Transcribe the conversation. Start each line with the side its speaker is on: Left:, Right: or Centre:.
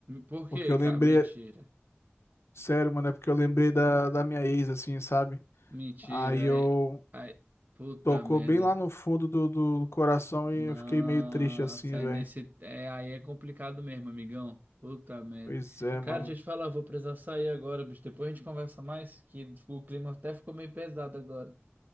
Right: Por
Left: Porque
Right: quê,
Left: eu
Right: cara?
Left: lembrei,
Right: Mentira.
Left: sério, mano, é porque eu lembrei da, da minha ex, assim, sabe?
Right: Mentira.
Left: Aí eu
Right: Aí, aí, puta
Left: tocou
Right: merda.
Left: bem lá no fundo do, do coração
Right: Nossa,
Left: e eu fiquei meio triste assim,
Right: aí
Left: velho.
Right: nesse. É, aí é complicado mesmo, amigão. Puta merda.
Left: Pois é,
Right: Cara,
Left: mano.
Right: deixa eu te falar, vou precisar sair agora, bicho. Depois a gente conversa mais, que o clima até ficou meio pesado agora.